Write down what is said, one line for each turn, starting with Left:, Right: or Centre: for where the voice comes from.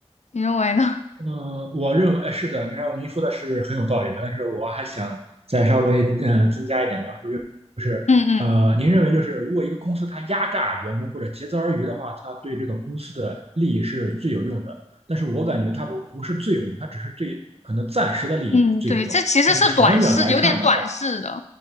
Left: 你认为呢？<laughs>
Right: 嗯，我认为哎是的，然后您说的是很有道理的，但是我还想再稍微嗯、呃增加一点描述，就是呃，
Left: 嗯嗯
Right: 您认为就是如果一个公司它压榨员工或者竭泽而渔的话，它对这个公司的利益是最有用的，但是我感觉它不是最有用，它只是最可能暂时的利益最有用，
Left: 嗯，对，这其实是短视，
Right: 但是长远来看的话，
Left: 有点短视的。